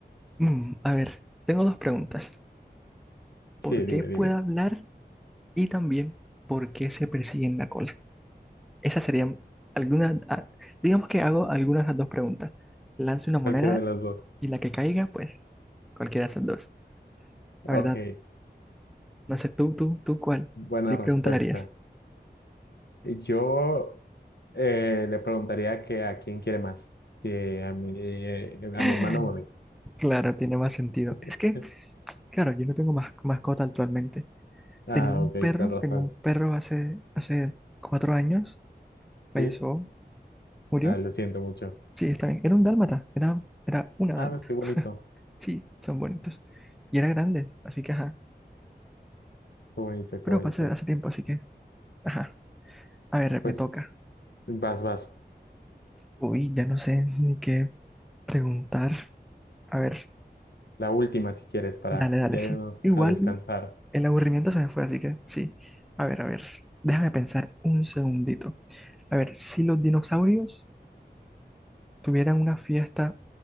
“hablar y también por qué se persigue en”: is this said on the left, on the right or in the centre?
Centre